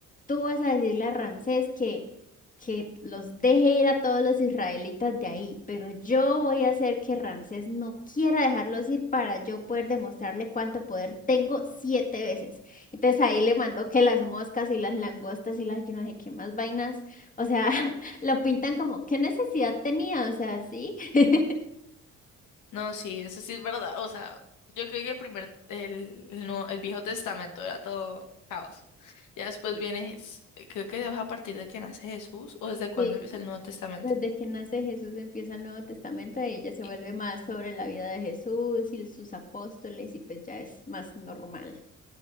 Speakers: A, on the left (about 25°); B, on the left (about 85°).
A: tú vas a decirle a Ramsés que, que los deje ir a todos los israelitas de ahí, pero yo voy a hacer que Ramsés no quiera dejarlos ir para yo poder demostrarle cuánto poder tengo siete veces. Entonces ahí le mandó que las moscas y las langostas y las yo no sé qué más vainas, o sea, <laughs> lo pintan como, ¿qué necesidad tenía? O sea, sí. <laughs>
B: No, sí, eso sí es verdad. O sea, yo creo que el primer, el, el, Nuevo- el Viejo Testamento era todo caos. Ya después
A: Sí.
B: viene, Jes- creo que es a partir de que nace Jesús o desde cuándo
A: Sí.
B: empieza el Nuevo Testamento.
A: Desde que nace Jesús empieza el Nuevo Testamento, y ya se
B: Y-
A: vuelve más sobre la vida de Jesús y sus apóstoles y pues ya es más normal.